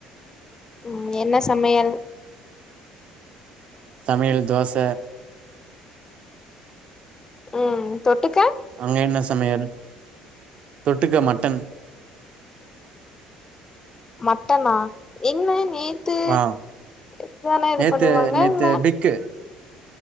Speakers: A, on the left (about 25°); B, on the right (about 50°).
A: ம் என்ன சமயல்
B: சமயல் தோச
A: ம் தொட்டுக்க
B: அங்க என்ன சமயல் தொட்டுக்க மட்டன்
A: மட்டனா என்ன நேத்து
B: ஆ
A: இதானே இது
B: நேத்து
A: பண்ணுவாங்க
B: நேத்து
A: இல்ல
B: பிக்கு